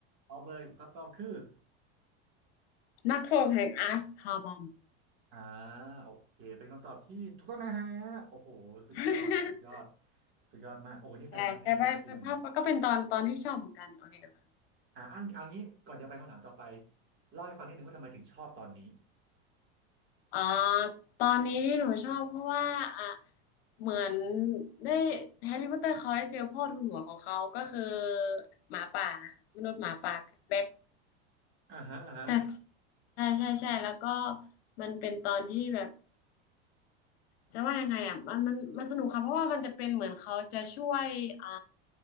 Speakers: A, on the right; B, on the left.
A: ตอบเลยครับตอบคือ
B: นักโทษแห่งอาร์สคาบอม
A: อ่าโอเคเป็นคำตอบที่ถูกต้องนะฮะโอ้โหสุดยอดสุดยอด
B: <laughs>
A: สุดยอดมากโอ้โหนี่แฟนมันธุ์แท้ตัวจริง
B: ใช่ใช่ไปไปภาพก็เป็นตอนตอนที่ชอบเหมือนกันโอเคโอเค
A: อ่าอันเอางี้ก่อนจะไปคำถามต่อไปเล่าให้ฟังนิดนึงว่าทำไมถึงชอบตอนนี้
B: อ่าตอนนี้ที่หนูชอบเพราะว่าอ่ะเหมือนได้แฮร์รี่พอตเตอร์เขาได้เจอพ่อทูลหัวของเขาก็คือหมาป่านะคะมนุษย์หมาป่าแบ็ค
A: อ่าฮะอ่าฮะ
B: แต่ใช่ใช่ใช่แล้วก็มันเป็นตอนที่แบบจะว่ายังไงอ่ะมันมันมันสนุกค่ะเพราะว่ามันจะเป็นเหมือนเขาจะช่วยอ่า